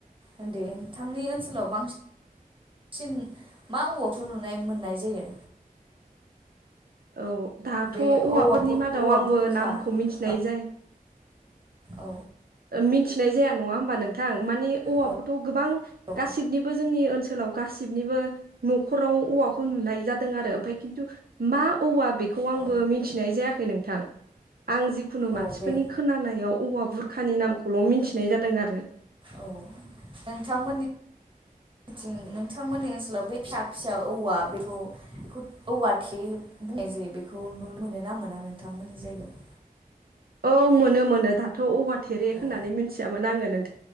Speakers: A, on the right; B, on the right.
A: उन दे नोंथांनि ओनसोलाव बां सिन मा औवाखौ नुनाय मोननाय जायो?
B: औ दाथ'
A: बे
B: औवाफोरनि
A: औवा
B: मादाव
A: औवा
B: आंबो
A: बुरखा
B: नामखौ मिनथिनाय
A: औ
B: जाय
A: औ
B: ओ मोनथि थिनाय जाया नङा होमबा नोंथां मानि औवाखौथ'
A: औ
B: गोबां
A: औ
B: गासिनिबो जोंनि ओनसो खोलाव गासिबनिबो न'खराव औवाखौ नुनाय जा दों आरो ओमफाय खिन्थु मा औवा बेखौ आंबो
A: औ
B: मिनथिनाय जायाखै नोंथां। आं जिखुनु मानसिफोरनि
A: औ बे
B: खोनानायाव औवा बुरखानि नामखौ खौल' मिनथिनाय जादों आरो
A: औ नोंथांमोननि थिं नोंथांमोननि ओनसोलाव बे फिसा फिसा औवा बेखौ बेखौ औवा थेरे बुंनाय जायो बेखौ नुनो मोनो ना मोना नोंथांमोननि जायगायाव?
B: औ मोनो मोनो दाथ' औवा थेरे होननानै
A: औ
B: मिनथियामोन आङो नों